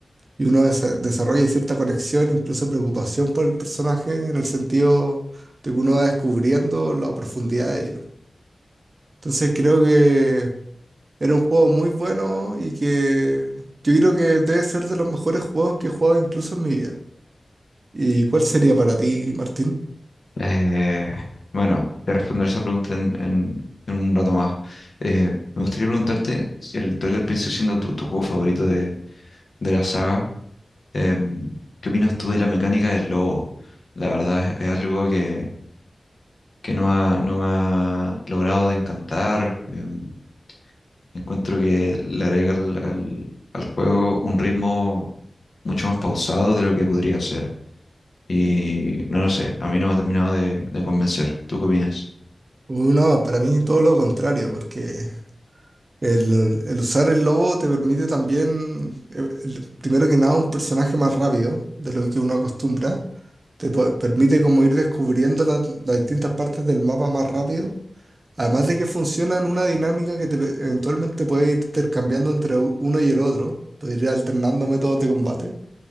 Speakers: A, on the right; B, on the left.
A: y uno desa- desarrolla cierta conexión, incluso preocupación por el personaje, en el sentido de que uno va descubriendo la profundidad de ellos. Entonces creo que era un juego muy bueno y que yo creo que debe ser de los mejores juegos que he jugado incluso en mi vida. ¿Y cuál sería para ti, Martín?
B: Eh, bueno, te responderé esa pregunta en, en- en un rato más. Eh, me gustaría preguntarte si el Twilight Princess siendo tu, tu juego favorito de, de la saga, em, ¿qué opinas tú de la mecánica del lobo? La verdad es, es algo que, que no ha, no me ha logrado de encantar. em, Encuentro que le agrega al, al- al juego un ritmo mucho más pausado de lo que podría ser. Y no lo sé, a mí no me ha terminado de, de convencer. ¿Tú qué opinas?
A: Uh, No, para mí todo lo contrario, porque el, el usar el lobo te permite también, eh, el- primero que nada, un personaje más rápido de lo que uno acostumbra. Te po- permite como ir descubriendo las, las distintas partes del mapa más rápido. Además de que funciona en una dinámica que te, pe- eventualmente puede ir intercambiando entre u- uno y el otro. Puedes ir alternando métodos de combate.